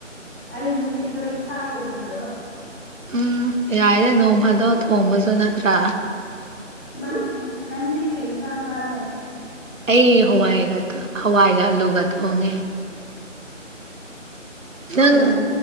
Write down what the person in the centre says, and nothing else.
ꯑꯩ ꯅꯨꯁꯤꯗꯣ ꯏꯁꯥ ꯉꯝꯗ꯭ꯔꯕ
ꯅꯦ ꯅꯪꯗꯤ ꯀꯔꯤꯦ ꯏꯖꯥꯥꯡ ꯇꯥꯔꯦ
ꯌꯥꯝ